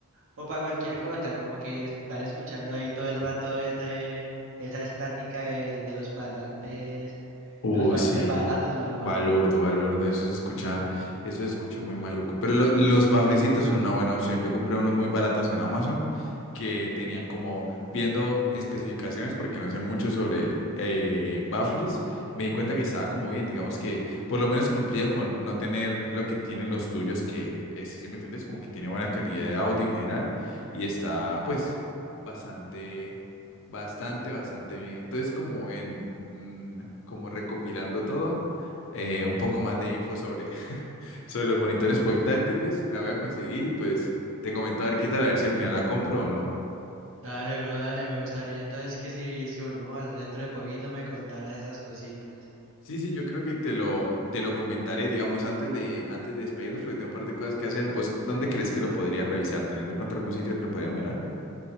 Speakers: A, on the right (about 65°); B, on the left (about 60°).
A: o para cualquier cosa, como que estar escuchando ahí todo el rato ese, esa estática de de los parlantes
B: Uh,
A: De los parlantes
B: sí.
A: baratos no aguanta.
B: Balurdo, balurdo, eso se escucha, eso se escucha muy maluco. Pero lo- los baflecitos son una buena opción. Yo compré unos muy baratos en Amazon que tenían como viendo especificaciones, porque no sé mucho sobre eh, bafles, me di cuenta que estaba como bien, digamos que por lo menos cumplía con no tener lo que tienen los tuyos, que es, sí me entiendes, como que tiene buena calidad de audio en general y está pues bastante... Bastante, bastante bien. Entonces, como en, mm, como recopilando todo, eh, un poco más de info sobre, <laughs> sobre los monitores portátiles. La voy a conseguir y pues te comento a ver qué tal, a ver si al final la compro o no.
A: Dale, bro, dale. Me gustaría entonces que si, si volvemos a hablar dentro de poquito me contaras esas cositas.
B: Sí, sí, yo creo que te lo, te lo comentaré, digamos, antes de, antes de despedirnos, porque tengo un par de cosas que hacer. ¿Vos dónde crees que lo podría revisar? ¿Tenés de pronto algún sitio donde lo podría mirar?